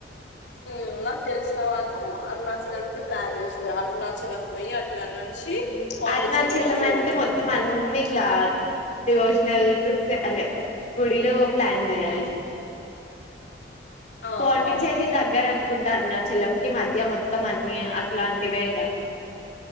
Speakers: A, on the left; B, on the left.
A: ఉ నాకు తెలిసిన వాళ్ళు అరుణాచలం కి ప్లాన్ వేసారు అరుణాచలం పోయి అట్ల నుంచి
B: ఉ
A: పాండిచ్చేరికి
B: అరుణాచలం
A: కూడా
B: అంటే
A: పోతున్నారు
B: మొత్తం అన్నిట్లా డివోషనల్ ట్రిప్స్ అంటే గుడిలో ప్లాన్ చేయాలి
A: ఉమ్. ఆ
B: పాండిచ్చేరి
A: అవును
B: దగ్గరన్ కుంటారు నా అరుణాచలంకి మధ్య మొత్తం అన్ని అట్లాంటివే గా